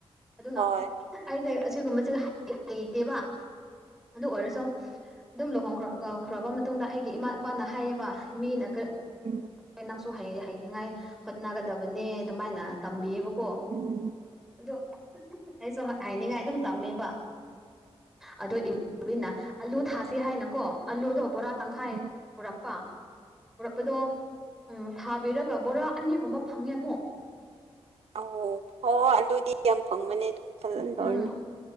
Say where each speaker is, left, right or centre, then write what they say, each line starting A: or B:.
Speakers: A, in the centre; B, on the right (about 80°).
A: ꯑꯗꯨꯅ
B: ꯍꯣꯏ
A: ꯑꯩꯁꯦ ꯑꯁꯤꯒꯨꯝꯕꯁꯦ ꯍꯩꯇꯦꯕ ꯑꯗꯨ ꯑꯣꯏꯔꯁꯨ ꯑꯗꯨꯝ ꯂꯨꯍꯣꯡꯈ꯭ꯔꯈ꯭ꯔꯕ ꯃꯇꯨꯡꯗ ꯑꯩꯒꯤ ꯏꯃꯥ ꯏꯄꯥꯅ ꯍꯥꯏꯌꯦꯕ ꯃꯤꯅ
B: ꯎꯝ
A: <unintelligible> ꯅꯪꯁꯨ ꯍꯩ ꯍꯩꯅꯤꯡꯉꯥꯏ ꯍꯣꯠ ꯍꯣꯠꯅꯒꯗꯕꯅꯦ ꯑꯗꯨꯃꯥꯏꯅ ꯇꯝꯕꯤꯌꯦꯕꯀꯣ
B: ꯎꯝ
A: ꯑꯗꯣ ꯑꯩꯁꯨ ꯍꯩꯅꯤꯡꯉꯥꯏ ꯑꯗꯨꯝ ꯇꯝꯃꯦꯕ ꯑꯗꯣ ꯏꯃꯥꯅꯕꯤꯅ ꯑꯥꯂꯨ ꯊꯥꯁꯤ ꯍꯥꯏꯅꯀꯣ ꯑꯥꯂꯨꯗꯣ ꯕꯣꯔꯥ ꯇꯪꯈꯥꯏ
B: ꯎꯝ
A: ꯄꯨꯔꯛꯄ ꯄꯨꯔꯛꯄꯗꯣ ꯎꯝ ꯊꯥꯕꯤꯔꯒ ꯕꯣꯔꯥ ꯑꯅꯤꯒꯨꯝꯕ ꯐꯪꯉꯦ ꯑꯃꯨꯛ
B: ꯑꯣ ꯍꯣꯏ ꯑꯥꯂꯨꯗꯤ ꯌꯥꯝ ꯐꯪꯕꯅꯦ ꯑꯗꯨꯝ ꯐꯖꯥꯟꯇꯧꯔꯗꯤ
A: ꯎꯝ